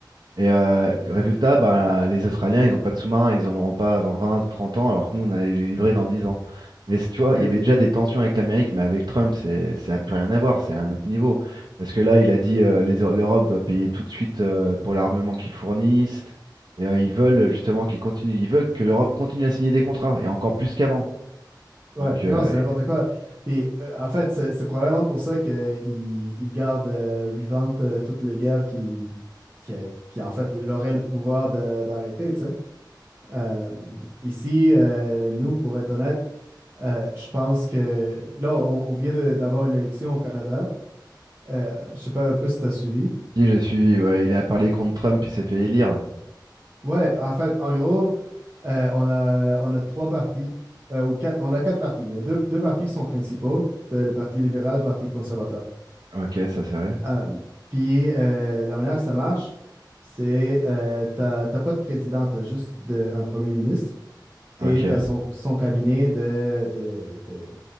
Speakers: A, on the right; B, on the right.
A: Et euh, le résultat, bah, les Australiens, ils n'ont pas de sous-marins, ils en auront pas avant 20 ou 30 ans, alors que nous, on allait les livrer dans 10 ans. Mais c- tu vois,
B: ok.
A: il y avait déjà des tensions avec l'Amérique, mais avec Trump, c'est, ça n'a plus rien à voir, c'est un autre niveau. Parce que là, il a dit euh, les Eu- l'Europe doit payer tout de suite euh, pour l'armement qu'ils fournissent. Et euh, ils veulent euh, justement qu'ils continuent, ils veulent que l'Europe continue à signer des contrats, et encore plus qu'avant.
B: Ouais,
A: Donc, euh,
B: non, c'est
A: et-
B: n'importe quoi. Puis, euh, en fait, c'est c'est probablement pour ça qu'ils ils gardent euh, vivante euh, toute la guerre qui, qui, euh, qui, en fait, il aurait le pouvoir de- d'arrêter, tu sais. Euh, ici, euh, nous, pour être honnête, euh, je pense que là, on, on vient de- d'avoir une élection au Canada. Euh, je sais pas un peu si t'as suivi.
A: si j'ai suivi, ouais, il a parlé contre Trump, il s'est fait élire.
B: Ouais, en fait, en gros, euh, on a, on a trois partis, euh, ou quatre, on a quatre partis, mais deux, deux partis qui sont principaux, T'as le Parti libéral, le Parti conservateur.
A: Ok, ça c'est vrai.
B: Euh, puis euh, la manière que ça marche, c'est euh, t'as t'as pas de président, t'as juste de- un premier ministre et
A: Ok,
B: t'as son, son cabinet de, de, de